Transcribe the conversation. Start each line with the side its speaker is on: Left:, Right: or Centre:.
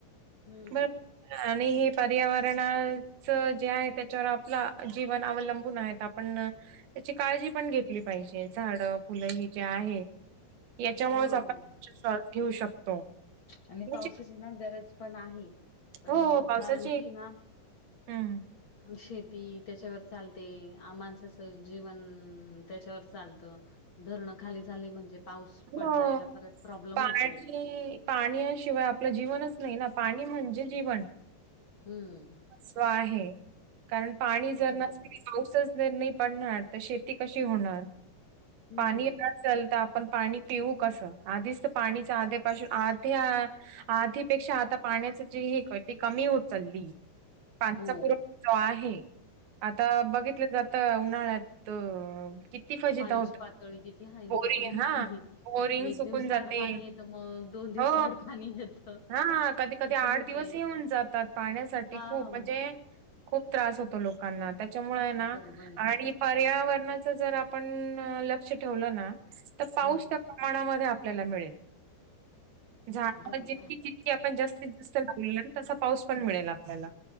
Left: हम्म.
Right: बर आणि हे पर्यावरण च जे आहे त्याच्यावर आपलं जीवन अवलंबून आहे आप पण त्याची काळजी पण घेतली पाहिजे झाड. फुलं हे जे आहे याच्यामुळेच
Left: हं.
Right: आपण श्वास घेऊ शकतो.
Left: आणि
Right: याची-
Left: पावसाची ना गरज पण आहे. पण
Right: हो पावसाची
Left: कारण की ना.
Right: हम्म.
Left: शेती त्याच्यावर चालते आ माणसाचं जीवन त्याच्यावर चालतं. धरणं खाली झाली म्हणजे पाऊस
Right: हो.
Left: पडायला परत प्रॉब्लेम
Right: पाणी
Left: होतो.
Right: पाण्याशिवाय आपलं जीवनच नाही ना पाणी म्हणजे जीवन.
Left: हम्म.
Right: सो आहे कारण पाणी जर
Left: बरोबर
Right: नसतील
Left: आहे.
Right: पाऊसच. जर नाही पडणार तर शेती कशी होणार
Left: हम्म
Right: पाणी तर. चालतं आपण पाणी पिऊू कसं आधीच तर पाणीच आधीपासून आध्या. आधीपेक्षा आता पाण्याचं जी हे ती कमी होत चालली पाण्याचा
Left: हो
Right: पुरवठा. जो आहे आता बघितलं जातं उन्हाळ्यात किती. किती फजिती
Left: पाण्याची
Right: होते
Left: पातळी किती आहे आणि
Right: बोअरिंग
Left: किती नाही
Right: हा बोअरिंग
Left: एक
Right: सुकून
Left: दिवस
Right: जाते.
Left: आड पाणी येतं मग दोन दिवस
Right: हो
Left: आड पाणी येतं
Right: हा कधी कधी
Left: असं
Right: आठ
Left: होतय
Right: दिवस येऊन जातात. पाण्यासाठी
Left: हा
Right: खूप म्हणजे खूप त्रास होतो लोकांना त्याच्यामुळे ना
Left: बरोबर आहे
Right: आणि पर्यावरणाचं जर आपण लक्ष ठेवलं ना तर पाऊस
Left: हम्म
Right: त्या प्रमाणामध्ये आपल्याला मिळेल झाड
Left: बरोबर
Right: ज
Left: आहे
Right: की आपण जास्तीत जास्त लावलेल तसा पाऊस पण मिळेल आपल्याला.